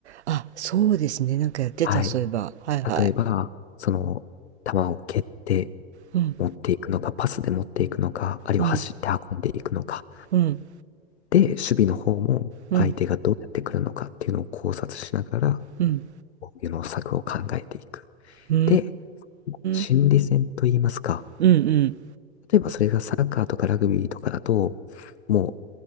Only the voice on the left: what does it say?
はい。
例えば、その、球を蹴って
持っていくのか、パスで持っていくのか、あるいは走って運んでいくのか。
で、守備の方も相手がどうやってくるのかっていうのを考察しながら、
防御の策を考えていく。
で、心理戦といいますか、
例えばそれがサッカーとかラグビーとかだと、も